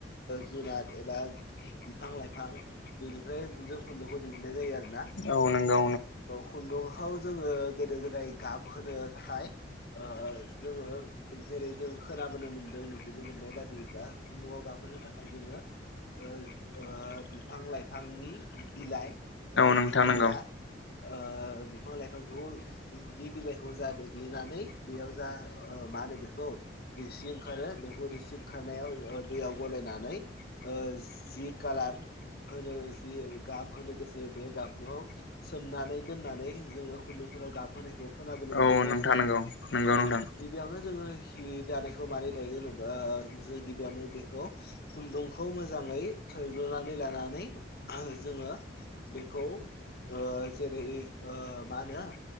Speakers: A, on the left; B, on the left.
A: जुनार एबा बिफां लाइफां बेनिफ्राय जों खुन्दुंखौ दिहुननाय जायो आरो ना
B: औ नंगौ
A: खुन्दुंखौ जोङो गोदो गोदाय गाब होनो थाखाय ओ जोङो जेरै जों खोनाबोनो मोनदों नुनो मोननाय बादि दा खुन्दुाव गाखोनो थाखाय जोङो ओ बिफां लाइफांनि बिलाइ
B: नोंथां
A: बेनि
B: नंगौ
A: जा ओ बिफां लाइफांखौनि बिलाइखौ जादों देग्लिनानै बेयाव जा मा होनो बेखौ रेसि ओंखारो बेखौ रिसि ओंखारनायाव दैयाव गलायनानै जि कालार होनो जि गाब होनो गोसो बे गाबुआव सोमनानै दोननानै जोङो खुन्दुं'फोराव गाबहोनायखौ खोनाबोनो
B: औ
A: मोन्दों
B: नोंथां नंगौ औ नोंथां
A: आरो ना
B: नंगौ नंगौ
A: औ
B: नोंथां
A: गिबियावनो जोङो जि दानायखौ मारै दायो होनोबा जों गिबियावनो बेखौ खुन्दुंखौ मोजाङै थैग्लोनानै लानानै जोङो बेखौ आ जेरै मा होनो